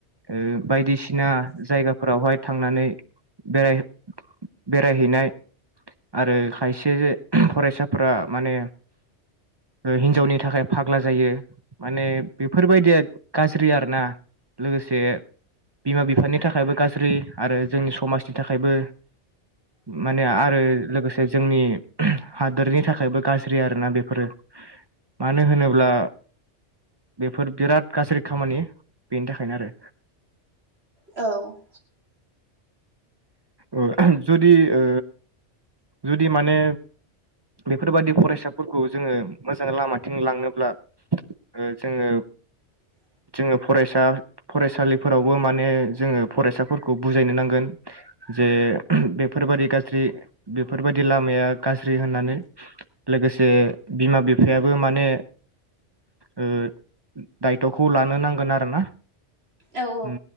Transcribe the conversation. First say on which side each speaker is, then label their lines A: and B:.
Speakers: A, on the right (about 35°); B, on the right (about 60°).
A: ओ बायदिसिना जायगाफोरावहाय थांनानै बेराय बेरायहैनाय आरो खायसे फरायसाफोरा माने हिनजावनि थाखाय फाग्ला जायो माने बेफोरबायदिया गाज्रि आरो ना लोगोसे बिमा बिफानि थाखायबो गाज्रि आरो जोंनि समाजनि थाखायबो माने आरो लोगोसे जोंनि हादोरनि थाखायबो गाज्रि आरोना बेफोरो मानो होनोब्ला बेफोर बिराद गाज्रि खामानि बेनि थाखायनो आरो
B: औ
A: उम जुदि ओ जुदि माने बेफोरबादि फरायसाफोरखौ जोङो मोजां लामाथिं लांनोब्ला ओ जोङो
B: <inaudible>
A: जोङो फरायसा फरायसालिफोरावबो माने जोङो फरायसाफोरखौ बुजायनो नांगोन जे बेफोरबायदि गाज्रि बेफोरबायदि लामाया गाज्रि होननानै लोगोसे बिमा बिफायाबो माने ओ दायथ'खौ लानो नांगोन आरो ना
B: औ
A: उम